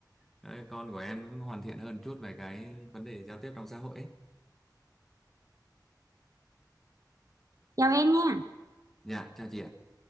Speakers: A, in the centre; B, on the right.
A: ờ, con của em cũng hoàn thiện hơn chút về cái vấn đề giao tiếp trong xã hội ấy.
B: chào em nha
A: Dạ chào chị ạ